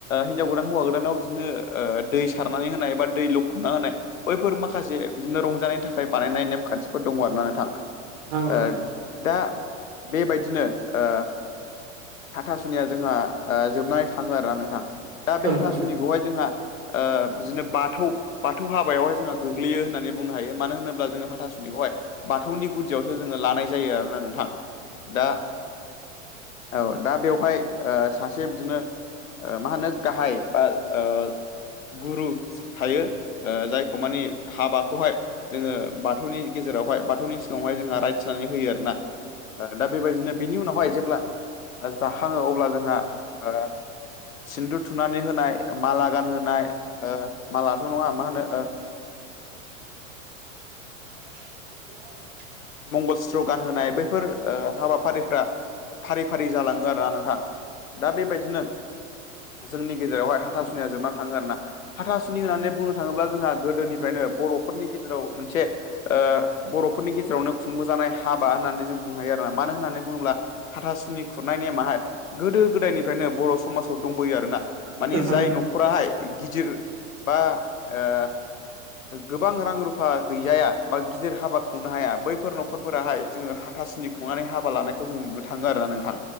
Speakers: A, on the left; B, on the right.
A: हिन्जाव गोदान हौवा गोदानाव बिदिनो दै सारनानै होनाय बा दै लखबना होनाय बैफोर मा खासे बिदिनो रंजानायनि थाखाय बानायनाय नेमखान्थिफोर दङ आरोना नोंथां।
B: औ
A: ओ दा बेबायदिनो ओ हाथासुनिया जोंहा ओ जोबनानै थाङो आरोना नोंथां दा बे
B: औ नोंथां
A: हाथासुनिखौहाय
B: औ नोंथां
A: जोंहा ओ बिदिनो बाथौ बाथौ हाबायावहाय जोंहा गोग्लैयो होननानै बुंनो हायो मानो होनोब्ला जोङो हाथासुनायखौहाय बाथौनि गुदियावसो जोङो लानाय जायो आरोना नोंथां दा औ दा बेवहाय ओ सासे बिदिनो मा होनो गाहाय बा ओ गुरु थायो जायखौ मानि हाबाखौहाय जोङो बाथौनि गेजेरावहाय बाथौनि सिगाङावहाय जोंहा राइटस होननानै होयो आरो ना दा बेबायदिनो बिनि उनावहाय जेब्ला जाखाङो अब्ला जोंहा ओ सिन्दु थुनानै होनाय माला गानहोनाय मालाथ' नङा मा होनो ओ
B: <inaudible>
A: मंगल सुत्तगान होनाय बैफोर हाबाफारिफ्रा फारि फारि जालाङो आरोना नोंथा। दा बेबायदिनो जोंनि गेजेरावहाय हाथासुनिया जोबना थाङो आरो ना हाथासुनि होननानै बुंनो थाङोब्ला जोंहा गोदोनिफ्रायनो बर'फोरनि गेजेराव मोनसे ओ बर'फोरनि गेजेरावनो खुंबोजानाय हाबा होननानै जों बुंनो हायो आरोना मानो होननानै बुङोब्ला हाथासुनि खुरनाय नेमाहाय गोदो गोदायनिफ्रायनो बर' समाजाव दंबोयो आरो ना
B: औ
A: मानि
B: औ नोंथां
A: जाय
B: औ
A: न' खराहाय गिदिर बा ओ गोबां रां रुफा गैजाया बा गिदिर हाबा खुंनो हाया बै फोर नखरफोराहाय जोङो हाथासुनि खुंनानै हाबा लानायखौ जोङो नुनो थाङो आरोना नोंथां।